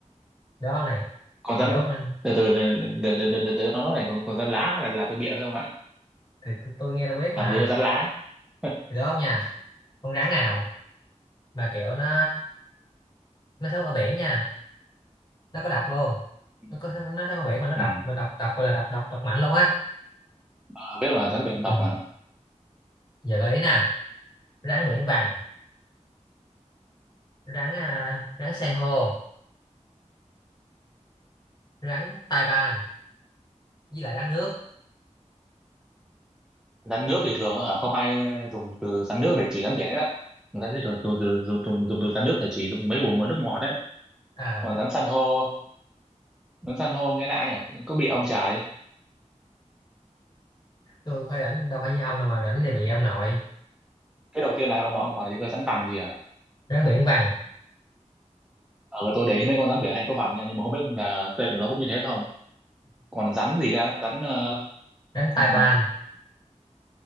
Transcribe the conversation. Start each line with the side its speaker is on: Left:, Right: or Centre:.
Left: đó ông này
Centre: Còn rắn
Left: gì đó mình
Centre: từ từ để để để để, để, nó nói này còn, còn rắn lá là là tôi bịa thôi không ạ?
Left: thì tôi, tôi nghe tôi biết mà
Centre: Làm gì có rắn lá. <laughs>
Left: thì đó ông nha con rắn nào mà kiểu nó nó sống ở biển nha nó có độc luôn
Centre: Ừ.
Left: nó có nó sống ở biển mà nó độc
Centre: Ừ.
Left: mà độc độc gọi là độc độc độc mạnh luôn á
Centre: Ờ, biết mà rắn biển độc
Left: ừ.
Centre: mà.
Left: giờ gợi ý nè rắn biển vằn rắn à, rắn san hô rắn tai ban với lại rắn nước
Centre: Rắn nước thì thường ở không ai dùng từ rắn nước để chỉ rắn biển hết á. Người ta thì thường dùng dùng dùng, dùng, dùng từ rắn nước để chỉ dùng mấy vùng mà nước ngọt đấy.
Left: à
Centre: Còn rắn san hô, rắn san hô nghe lại nhỉ Có bị ông trời.
Left: tôi phải rảnh đâu phải như ông đâu mà rảnh thì bị ông nội
Centre: Cái đầu tiên là ông bảo ông bảo gì có rắn tằm gì à?
Left: rắn biển vằn
Centre: Ờ, tôi để ý mấy con rắn biển hay có vằn nha nhưng mà không biết là tên của nó cũng như thế không còn rắn gì ra rắn ờ,
Left: rắn tai
Centre: ừm,
Left: ban